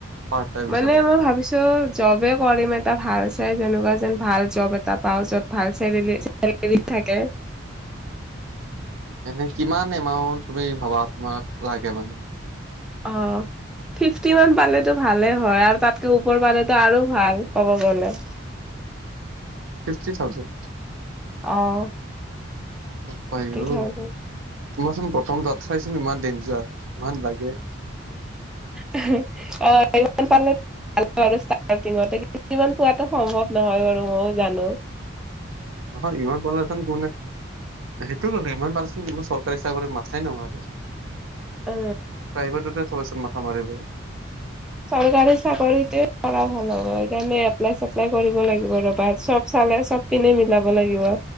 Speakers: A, on the right (about 85°); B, in the centre.
A: পাৰ্ট টাইম
B: মানে
A: হিচাপে
B: মই ভাবিছোঁ, জবে কৰিম এটা ভাল চাই যেনেকুৱা যেন ভাল জব এটা পাওঁ য'ত ভাল ছেৰেলী- ছেলেৰী থাকে।
A: এনে কিমান এমাউন্ট তুমি ভবা তোমাক লাগে মানে?
B: অ'। ফিফটি মান পালেতো ভালে হয়। আৰু তাতকে ওপৰ পালেতো আৰু ভাল, ক'ব গ'লে।
A: Fifty thousand.
B: অ'।
A: বাপাই
B: থ্ৰী
A: ও,
B: থাউজেণ্ড
A: তোমাৰচোন প্ৰথম দাত চাইছ ইমান ডেঞ্জাৰ, ইমান লাগে।
B: হঁ, অ' ইমান <unintelligible> ভাল আৰু ষ্টাৰ্টিঙতে, কিন্তু ফিফটিমান পোৱাটো সম্ভৱ নহয় বাৰু, মইয়ো জানোঁ।
A: নহয়, ইমান পালেচোন কোনে- অ' সেইটো মানে, ইমান পালেচোন কোনো চৰকাৰী চাকৰি মাথাই নামাৰে।
B: অ',
A: প্ৰাইভেটতে চবে চব মাথা মাৰিব।
B: চৰকাৰী চাকৰিতে কৰা ভাল হ'ব। সেইকাৰণে এপ্লাই-ছেপ্লাই কৰিব লাগিব ৰ'বা। চব চালে- চব পিনে মিলাব লাগিব।